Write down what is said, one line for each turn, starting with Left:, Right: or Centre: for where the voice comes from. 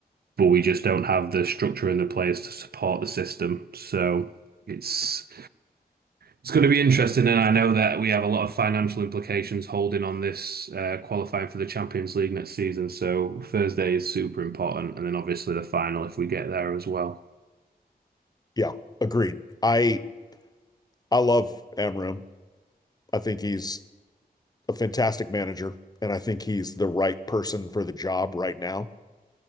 Right: but we just don't have the structure and the players to support the system. So it's it's going to be interesting, and I know that we have a lot of financial implications holding on this uh, qualifying for the Champions League next season. So Thursday is super important, and then obviously the final if we get there as well.
Left: yeah agreed I I love Amram. I think he's a fantastic manager, and I think he's the right person for the job right now.